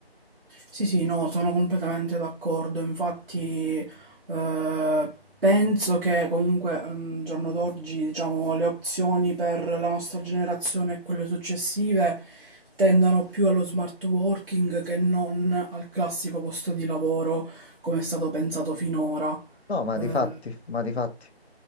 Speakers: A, on the right (about 60°); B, on the left (about 80°).
A: Sì, sì, no, sono completamente d'accordo. Infatti, eh, penso che comunque mm, al giorno d'oggi, diciamo, le opzioni per la nostra generazione e quelle successive tendano più allo smart working che non al classico posto di lavoro come è stato pensato finora.
B: No, ma
A: Eh,
B: di fatti, ma di fatti.